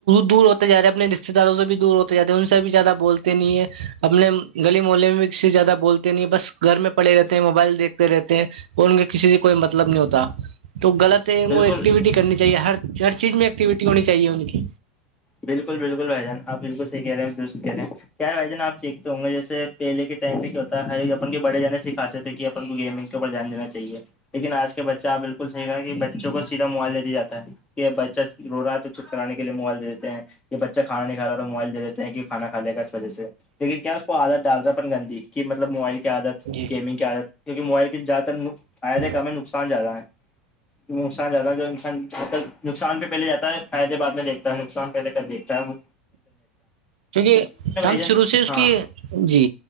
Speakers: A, on the right; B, on the left.
A: دور ہوتے جا رہے ہیں اپنے رشتے داروں سے بھی دور ہوتے جاتے ہیں ان سے بھی زیادہ بولتے نہیں ہے اپنے گلی ملہے میں بھی ک سے زیادہ بولتے نہیں بس گھر میں پڑے رہتے موبائل دیکتے رہتے ہیں اور ان کا کسی سے کوئی مطلب نہیں ہوتا تو غلط ہے وہ
B: بالکل
A: ایکٹیویٹی کرنی چاہیے ہر ہر چیز میں ایکٹیویٹی ہونی چاہیے ان کی
B: بالکل بالکل بھائی جان آ بالکل صحی کہہ رہے ہیں درست کہہ رہے ہیں کیا بھائی جان آ دیکھتے ہوں گے جیس پہلے کے کیا ہوتا ہے ہر ایک اپن کے بڑے جان سکھاتے تھے کہ اپن کو گیمنگ کے اوپر دھیان دینا چاہے لیکن آج کے بچہ آپ بالکل صحیحا کہ بچوں کو سیدا موائلے دیا جات ہے یہ بچہ رو رہا ہے تو چپ کرانے لیے موبائل دے دیتے ہیں یہ بچہ کھانا نہیں کھا موبائلے دیتے ہیں کہ کھا کھاے گا اس وجہ سے لیکن کیا اس کو عادت ڈالتا ہے اپن گی مطلب موبائل کی عادت
A: جی
B: گیمنگ کی آت کیونکہ موبائل کی زیادہ تر
A: جی
B: آت ہے کہ ہمیں نقصان زیادہ ہے نقصان جاتدا ہے جو انسان نقصان پہلے جاتا ہے فائدے بعد میں دیکھتا ہے نقصان پہے دیکتا ہوں
A: کیونکہ ہم
B: جان
A: شروع سے اس
B: ہاں
A: کی جی